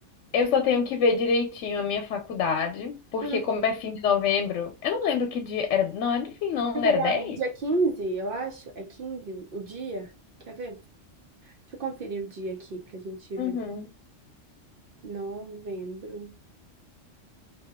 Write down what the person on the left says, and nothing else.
Eu só tenho que ver direitinho a minha faculdade, porque
como é fim de novembro, eu não lembro que dia era. Não, era do fim, não,
não
era 10?
Uhum.